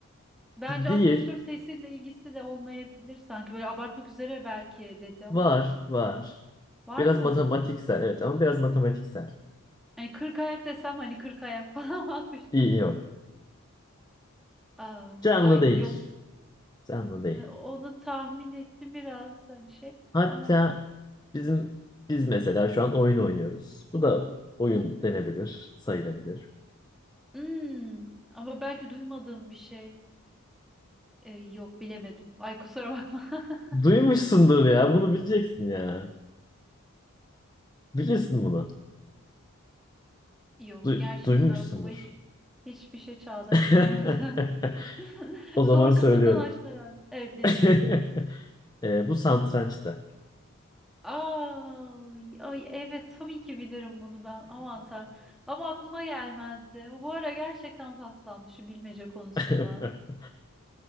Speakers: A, in the centre; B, on the left (about 20°).
A: Bence
B: Değil.
A: 64 sayısıyla ilgisi de olmayabilir sanki. Böyle abartmak üzere belki dedi ama.
B: Var, var.
A: Var
B: Biraz
A: mı?
B: matematiksel, evet ama biraz matematiksel.
A: Hani 40 ayak desem hani 40 ayak <laughs> falan mı atmışlar?
B: İyi yok.
A: Aa,
B: Canlı
A: ay
B: değil.
A: yok.
B: Canlı değil.
A: E, Onu tahmin ettim biraz hani şey
B: Hatta
A: ama
B: bizim biz mesela şu an oyun oynuyoruz. Bu da oyun denebilir, sayılabilir.
A: Hmm, ama belki duymadığım bir şey. E, yok bilemedim. Ay kusura bakma. <laughs>
B: Duymuşsundur ya, bunu bileceksin ya. Bilirsin bunu.
A: Yok
B: Du-
A: gerçekten
B: duymuşsundur.
A: aklıma hiç hiçbir şey çağdaştırmadı.
B: <laughs>
A: <laughs>
B: O zaman
A: Zor
B: söylüyorum.
A: kısımdan açtın herhalde. Evet dinliyorum.
B: <laughs> Ee, bu satrançtı.
A: Ay, ay evet tabii ki bilirim bunu ben. Aman Tanrım. Ama aklıma gelmezdi. Bu ara gerçekten paslanmış şu bilmece konusunda.
B: <laughs>